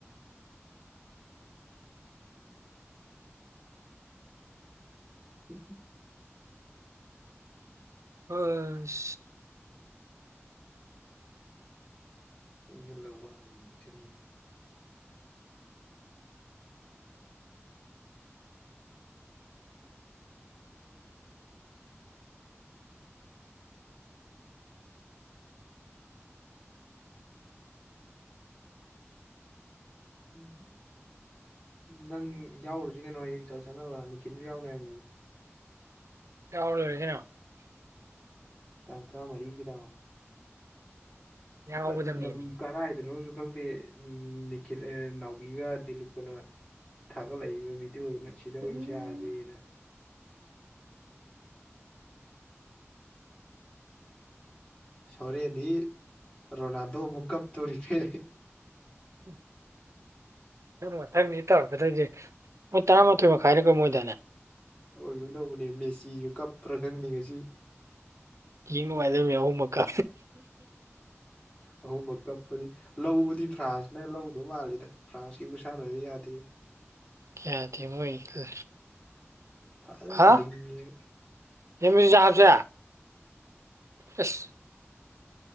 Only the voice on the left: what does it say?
ꯎꯝ
ꯏꯁꯜꯂꯕ ꯉꯁꯤ ꯎ ꯅꯪ ꯌꯥꯎꯔꯨꯁꯤ ꯀꯩꯅꯣ ꯍꯌꯦꯡ ꯆꯠ ꯆꯠꯅꯕ ꯅꯤꯀꯤꯜꯁꯨ ꯌꯥꯎꯅ ꯍꯥꯏꯅꯤ
ꯇꯥꯡ ꯇꯔꯥꯃꯔꯤꯒꯤꯗꯣ
ꯀꯔꯤ ꯂꯝ ꯀꯔ ꯍꯥꯏꯗꯣ ꯈꯪꯗꯦ ꯎ ꯅꯤꯈꯤꯜ ꯅꯥꯎꯕꯤꯒ ꯗꯤꯂꯞꯀꯅ ꯊꯥꯒꯠꯂꯛꯏꯕ ꯚꯗꯤꯑꯣꯗꯨꯅ ꯁꯤꯗ ꯑꯣꯏꯁꯦꯁꯦꯅ
ꯁꯣꯔꯦꯗꯤ ꯔꯣꯅꯥꯜꯗꯣ ꯑꯃꯨꯛ ꯀꯞꯇꯣꯔꯤꯈꯦ
ꯑꯣꯏꯒꯨꯝꯝ ꯇꯧꯕꯅꯦ ꯃꯦꯆꯤꯁꯨ ꯀꯞꯄ꯭ꯔꯥ ꯈꯪꯅꯤ ꯉꯁꯤ
ꯑꯍꯧꯕ ꯀꯞꯄꯗꯤ ꯂꯧꯕꯗꯤ ꯐ꯭ꯔꯥꯟꯁꯅꯦ ꯂꯧ ꯑꯗꯨ ꯃꯥꯗ ꯐ꯭ꯔꯥꯟꯁꯀꯤ ꯈꯨꯨꯁꯅꯔꯤ ꯌꯥꯗ
ꯐꯖꯅ
ꯂꯤꯡꯉꯦ